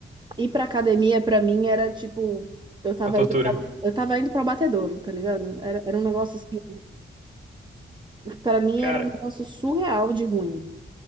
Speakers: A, on the right; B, on the right.
A: ir para academia para mim era tipo, eu tava
B: uma tortura.
A: indo pra, eu tava indo para abatedouro, tá ligado? Era, era um negócio assim, para mim
B: cara
A: era um negócio surreal de ruim.